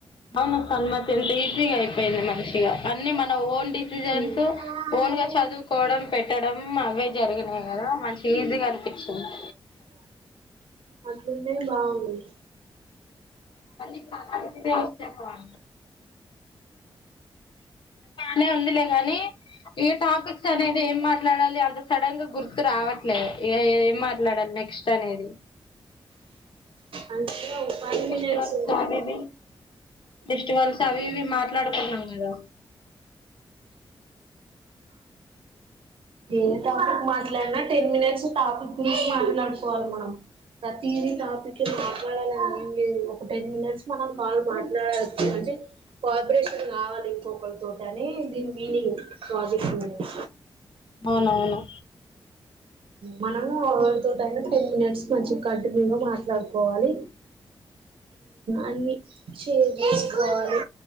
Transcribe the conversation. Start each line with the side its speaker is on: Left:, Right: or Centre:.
Left: అవును సన్మతి ఎంత ఈజీగా అయిపోయింది మంచిగా అన్ని మన ఓన్ డిసిజన్స్
Right: హ్మ్
Left: ఓన్ గా చదువుకోవడం పెట్ అవే జరిగినాయి కదా మంచి ఈజీగా అనిపించింది
Right: అట్లున్నే బాగుంది
Left: మళ్ళీ ఫ్రె కూడా నే ఉందిలే గానీ ఏ టాపిక్స్ అనేది ఏం మాట్లాడాలి అంత సడన్ గా గుర్తు రావట్లే ఏం మాట్లాడాలి నెక్స్ట్ అనేది
Right: అంటే ఫైవ్ మినిట్స్
Left: <inaudible> స్మిది ఫెస్టివల్స్ అవివి మాట్లాడుకున్నాం కదా
Right: ఏ టాపిక్ మాట్లాడినా టెన్ మినిట్స్ టాపిక్ గురించి మాట్లాడుకోవాలి మనం ప్రతి టాపిక్ మాట్లాడాల ఒక టెన్ మినిట్స్ మనం కాల్ మాట్లాడు అంటే కోఆబరేషన్ కావాలి ఇంకొకరి తోటి అని దీని మీనింగ్ ప్రాజిక్ట్ మీనింగ్
Left: అవునవును
Right: మనము ఎవరితో టి టయినా టెన్ మినిట్స్ మంచిగా కంటిన్యూగా మాట్లాడుకోవాలి అన్ని చేసుకోవాలి